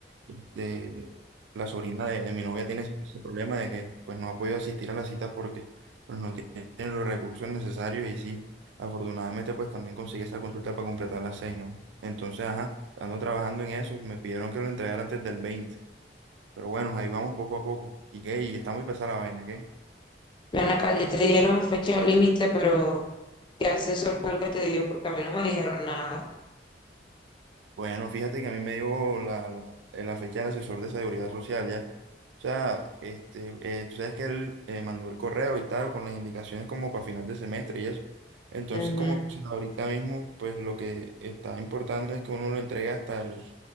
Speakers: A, on the right (about 85°); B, on the left (about 25°).
A: este, la sobrina de, de mi novia tiene ese ese problema de que pues no ha podido asistir a las citas porque pues no tiene los recursos necesarios y sí, afortunadamente pues también conseguí esa consulta para completar las seis, ¿no? Entonces, ajá, ando trabajando en eso, me pidieron que lo entregara antes del veinte pero bueno, ahí vamos poco a poco. ¿Y qué? ¿Y está muy pesada la vaina, qué?
B: Ven acá, ya te dieron fecha límite, pero ¿qué asesor fue el que te dio? Porque a mí no me dijeron nada.
A: Bueno, fíjate que a mí me dio la, la, eh, la fecha del asesor de seguridad social ya. O sea, este, eh, tú sabes que él eh, mandó el correo y tal, con las indicaciones como para final de semestre y eso. Entonces,
B: Ujú.
A: como que o sea, ahorita mismo, pues lo que está importando es que uno lo entregue hasta el,